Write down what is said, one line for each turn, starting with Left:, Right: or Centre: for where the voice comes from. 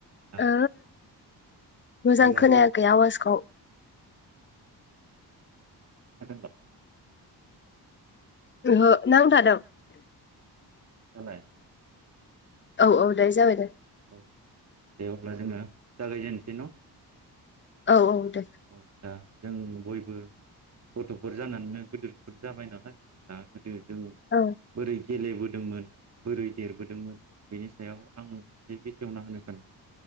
Right: दा
Left: ओ मोजां
Right: बयहाबो
Left: खोनायाखै आवाजखौ
Right: <unintelligible>
Left: ओहो नांथादों
Right: दालाय
Left: औ औ दे जाबाय दे
Right: औ दे अब्ला जोङो जागायजेनसै न'
Left: औ औ दे
Right: औ। दा जों बयबो गथ'फोर जानानैनो गोदोरफोर जाबाय नालाय दा। जों
Left: औ
Right: बोरै गेलेबोदों। दोंमोन बोरै देरबोदोंमोन बेनि सायाव आं एसे बेखेवना होनो सान